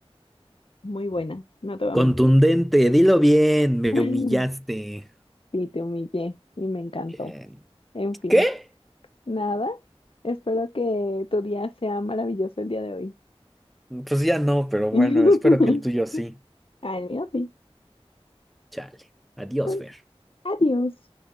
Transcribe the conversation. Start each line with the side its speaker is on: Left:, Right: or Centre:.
Left: muy buena, no te voy
Centre: Contundente,
Left: a mentir.
Centre: dilo bien, me
Left: <laughs>
Centre: humillaste.
Left: Sí, te humillé y me encantó.
Centre: Eh,
Left: En fin,
Centre: ¿Qué?
Left: nada, espero que tu día sea maravilloso el día de hoy.
Centre: Pues ya no, pero
Left: <laughs>
Centre: bueno, espero que el tuyo sí.
Left: Ah, el mío sí.
Centre: Chale. Adiós,
Left: Pues
Centre: Fer.
Left: adiós.